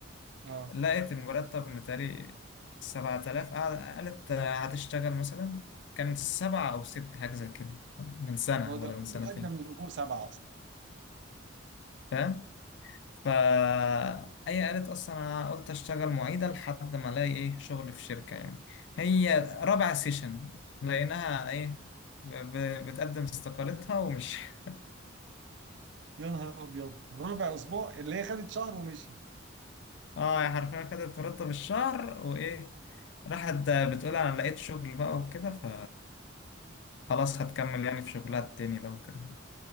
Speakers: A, on the right; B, on the left.
A: اه
B: لقيت المرتب متهيألي سبعة آلاف قالت هتشتغل مثلا كان سبعة أو ست حاجة زي كده من سنة
A: ما هو ده
B: ولا
A: الحد
B: من سنتين
A: الادنى من الاجور سبعه اصلا
B: فاهم فا هي قالت أصلا أنا قلت أشتغل معيدة لحد ما ألاقي إيه شغل في شركة يعني هي رابع سيشن لقيناها إيه ب- ب- بتقدم استقالتها ومش <laughs>
A: يا نهار ابيض رابع اسبوع اللي هي خدت شهر ومشي
B: اه يا حرفيا كده ترتب الشهر وايه راحت
A: وخ-
B: بتقول انا لقيت شغل بقى وكده ف خلاص
A: آه.
B: هتكمل يعني في شغلها التاني بقى وكده